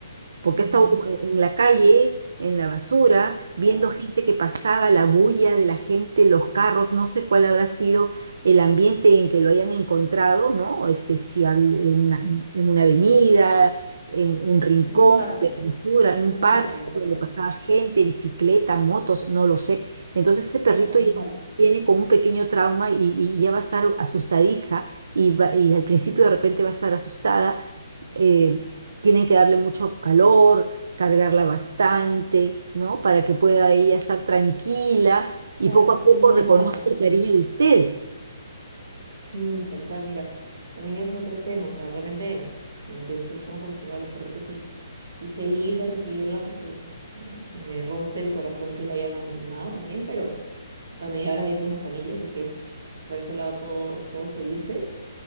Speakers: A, on the right; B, on the right.
A: porque
B: Ujú,
A: he estado en en la calle, en la basura, viendo
B: claro.
A: gente que pasaba, la bulla de la gente, los carros, no sé cuál habrá sido el ambiente en que lo hayan encontrado, ¿no? Este, si ha habido en una, en una avenida, en un rincón
B: En un parque,
A: de basura, en
B: en
A: un parque
B: un parque la encontramos.
A: donde pasaba gente, bicicleta, motos, no lo sé. Entonces ese perrito
B: Claro, en
A: ya
B: un parque, sí.
A: viene con un pequeño trauma y, y ya va a estar asustadiza y, va- y al principio de repente va a estar asustada eh, tienen que darle mucho calor, cargarla bastante, ¿no? Para que pueda ella estar tranquila y
B: Claro,
A: poco a
B: se
A: poco
B: sienta
A: reconozca
B: amada también.
A: el cariño de ustedes.
B: Sí, tal cual, mira, también es otro tema, o sea, realmente no, de nosotros estamos acostumbrados a los perritos y, y feliz de recibirla porque mm, me rompe el corazón que la hayan abandonado también, pero bueno, y ahora ya tengo una familia, así que por ese lado todo- todos felices.